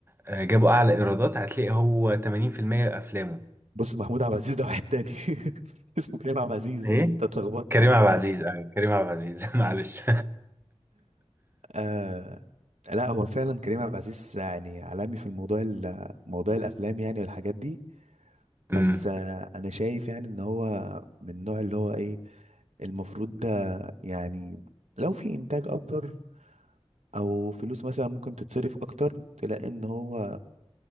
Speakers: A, on the right; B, on the right.
A: آه، جابوا اعلى ايرادات هتلاقي هو 80% افلامه
B: بص محمود عبد العزيز ده واحد تاني <laughs> اسمه كريم عبد <laughs> العزيز
A: ايه
B: انت اتلخبطت
A: كريم عبد العزيز آه كريم عبد العزيز <laughs> معلش
B: آه لا هو فعلا كريم عبد العزيز يعني عالمي في الموضوع ال- موضوع الافلام يعني والحاجات دي بس
A: أمم.
B: آه انا شايف يعني ان هو من النوع اللي هو ايه المفروض ده يعني لو في انتاج اكتر او فلوس مثلا ممكن تتصرف اكتر تلاقي ان هو